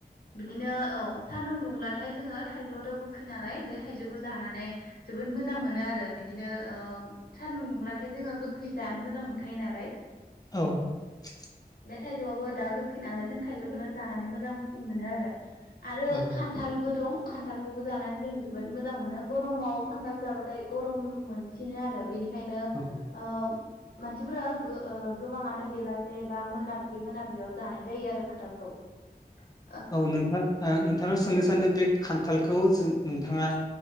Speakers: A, on the left; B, on the left.
A: बिदिनो औ । सान्दुं दुंब्लाथाय जोङो थाइजौआथ' गोखै नालाय बे थाइजौखौ जानानै जोबोद मोजां मोनो आरो बिदिनो ओ सान्दुं दुंब्लाथाय जोङो गोखै जानो मोजां मोनखायो नालाय ।
B: औ ।
A: बे थाइजौआबो दा गोखै नालाय जों थाइजौखौनो दानानै मोजांसिन मोनो आरो । आरो
B: औ
A: खान्थालबो दं । खान्थालखौबो जानानै जों जोबोद मोजां मोनो गरमाव खान्थाल जाबाथाय गरम मोनसिनो आरो बेनि बेखायनो
B: औ
A: ओ मानसिफोरा गो ओ गोबांङानो बेलासे बा मोनाब्लि मोनाब्लियाव जानाय जायो आरो खान्थालखौ ।
B: औ नोंथां नोंथांनाव सोंनो सानदों बे खान्थालखौ जो नोंथाङा